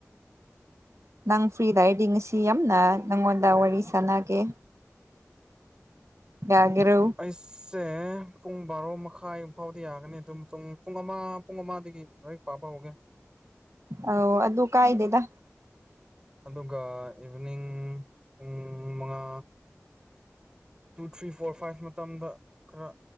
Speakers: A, on the right (about 65°); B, on the right (about 15°).
A: ꯅꯪ ꯐ꯭ꯔꯤ ꯂꯩꯔꯗꯤ ꯉꯁꯤ ꯌꯥꯝꯅ ꯅꯪꯉꯣꯟꯗ ꯋꯥꯔꯤ ꯁꯥꯟꯅꯒꯦ ꯌꯥꯒꯦꯔꯎ
B: ꯑꯩꯁꯦ ꯄꯨꯡ ꯕꯥꯔꯣ ꯃꯈꯥꯏꯨꯛ ꯐꯥꯎꯗꯤ ꯌꯥꯒꯅꯤ ꯑꯗꯨꯝ ꯄꯨꯡ ꯄꯨꯡ ꯑꯃ ꯄꯨꯡ ꯑꯃꯗꯒꯤ ꯂ ꯄꯥꯕ ꯍꯧꯒꯦ
A: ꯑ ꯑꯗꯨ ꯀꯥꯏꯗꯦꯗ
B: ꯑꯗꯨꯒ ꯏꯚꯅꯤꯡ ꯄꯨꯡ ꯃꯉꯥ ꯇꯨ ꯊ꯭ꯔꯤ ꯐꯣꯔ ꯐꯥꯏꯚ ꯃꯇꯝꯗ ꯈꯔ